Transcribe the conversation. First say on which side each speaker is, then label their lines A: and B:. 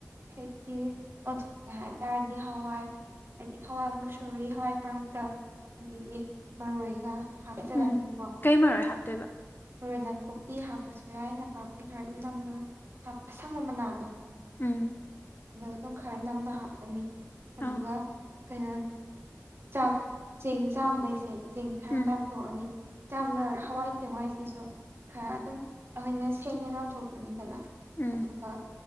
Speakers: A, on the right (about 45°); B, on the left (about 40°).
A: ꯈꯦꯆꯤ ꯑꯣꯊꯣꯛꯀꯦ ꯍꯥꯏꯇꯥꯥꯔꯗꯤ ꯍꯋꯥꯏ ꯍꯥꯏꯗꯤ ꯍꯋꯥꯏ ꯃꯨꯁꯨꯨꯔꯤ ꯍꯋꯥꯏ ꯀꯥꯡꯇꯛ ꯑꯗꯒꯤ ꯃꯔꯣꯏꯒ ꯍꯥꯞꯆꯜꯂꯅꯤꯀꯣ
B: ꯎꯝ ꯀꯩ ꯃꯔꯣꯏ ꯍꯥꯞꯇꯣꯏꯕ
A: ꯃꯔꯣꯏ ꯑꯣꯏꯅ ꯀꯨꯞꯄꯤ ꯍꯥꯞꯄꯁꯨ ꯌꯥꯏ ꯅꯄꯥꯛꯄꯤ ꯈꯔ ꯑꯗꯨꯝ ꯅ ꯑꯁꯪꯕ ꯃꯅꯥꯜꯗꯣ
B: ꯎꯝ
A: ꯑ ꯑꯗꯨꯝ ꯈꯔ ꯅꯝꯅ ꯍꯥꯞꯄꯅꯤ ꯑꯗꯨꯒ
B: ꯑꯥ
A: ꯀꯩꯅꯣ ꯆꯥꯛ ꯆꯦꯡ ꯆꯥꯝꯕꯩꯁꯦ ꯆꯦꯡ ꯍꯅ
B: ꯎꯝ
A: ꯆ ꯊꯣꯛꯑꯅꯤ ꯌꯥꯝꯅ ꯍꯋꯥꯏ ꯆꯦꯡꯋꯥꯏ ꯁꯤꯁꯨ ꯈꯔ ꯑꯗꯨꯝ ꯑꯈꯣꯏꯅ ꯁꯦꯡꯅ ꯂꯥꯝꯊꯣꯛꯀꯅꯤꯗꯅ
B: ꯎꯝ
A: ꯑꯗꯨꯒ